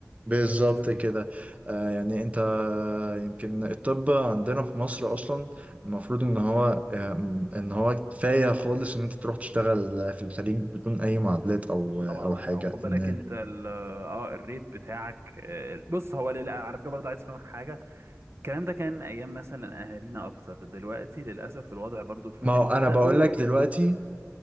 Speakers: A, on the right; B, on the right.
A: بالظبط
B: بالظبط
A: كده آه يعني انت يمكن الطب عندنا في مصر اصلا المفروض ان هو
B: مم.
A: آم، ان هو كفايه خالص ان انت تروح تشتغل في الخليج بدون اي معادلات او او
B: طبعا لا
A: حاجه
B: او خد بالك
A: ان
B: انت ال- اه الريت بتاعك آه، بص هو لل- على فكره برضه عايز افهمك حاجه الكلام ده كان ايام مثلا اهالينا اكتر دلوقتي للاسف الوضع برضو في
A: ما
B: الخليج
A: هو انا
B: بداوا
A: بقول لك دلوقتي